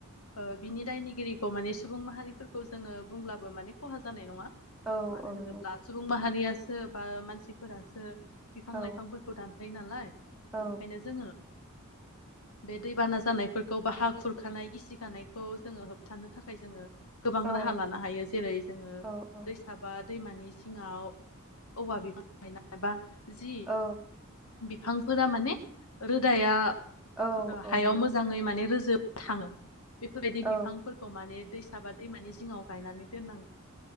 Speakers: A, on the left (about 80°); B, in the centre.
A: ओ बिनि दायनिगिरिखौ माने सुबुं माहारिफोरखौ जोङो बुंब्लाबो माने खहा जानाय नङा
B: औ
A: मानो
B: औ
A: होनोब्ला
B: नंगौ
A: सुबुं माहारिया सो बा मानसिफोरासो बिफां
B: औ
A: लाइफांफोरखौ दान फायो नालाय
B: औ
A: बेनिखायनो जोङो बे दैबाना जानायफोरखौ बा हा खुरखानाय गिसिखानायखौ जोङो होबथानो थाखाय जोङो गोबां
B: औ
A: राहा लानो हायो जेरै जोङो
B: औ औ
A: दैसा बा दैमानि जिङाव औवा बिफां गायनाय बा जि
B: औ
A: बि फांफोरा माने रोदाया
B: औ
A: ओ
B: औ
A: हायाव
B: नंगौ नोंथां
A: मोजाङै माने रोजोब थाङो बेफोरबायदि
B: औ
A: बिफांफोरखौ माने दै फिसाबा दैमानि जिङाव गायनानै दोननां